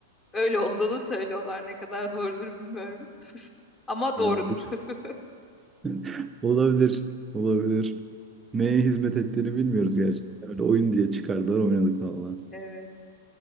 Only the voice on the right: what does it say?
Ya
<laughs> Olabilir. Olabilir. Neye hizmet ettiğini bilmiyoruz gerçekten. Öyle oyun diye çıkardılar oynadık valla.